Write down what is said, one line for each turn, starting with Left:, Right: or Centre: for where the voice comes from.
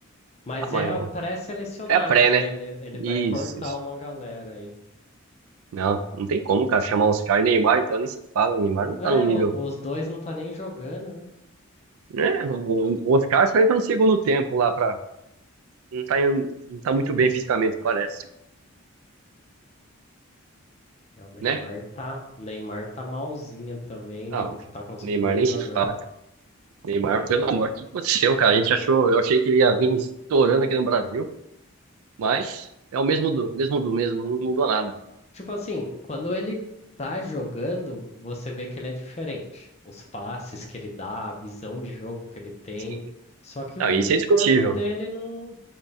Left: Mas
Right: Ah, mas
Left: é
Right: eu-
Left: pré-selecionados,
Right: é a pré,
Left: né?
Right: né?
Left: Ele, ele
Right: Isso,
Left: vai cortar
Right: isso.
Left: uma galera aí.
Right: Não, não tem como, cara, chamar Oscar e Neymar, então nem se fala. O Neymar não
Left: É,
Right: tá no nível.
Left: o- os dois não tá nem jogando, né?
Right: Né? O o Oscar só entra no segundo tempo lá pra. Não tá, em- não tá muito bem fisicamente, parece.
Left: É o Neymar
Right: Né?
Left: tá. O Neymar tá malzinho também,
Right: Não,
Left: não tá conseguindo
Right: Neymar
Left: nem
Right: nem
Left: jogar.
Right: se fala, cara. Neymar,
Left: Coitado.
Right: pelo amor, o que aconteceu, cara? A gente achou, eu achei que ele ia vir estourando aqui no Brasil, mas é o mesmo do mesmo do mesmo, não mudou nada.
Left: Tipo assim, quando ele tá jogando, você vê que ele é diferente. Os passes que ele dá, a visão de jogo que ele tem.
Right: Sim.
Left: Só que
Right: Não,
Left: o
Right: isso é indiscutível.
Left: corpo dele não,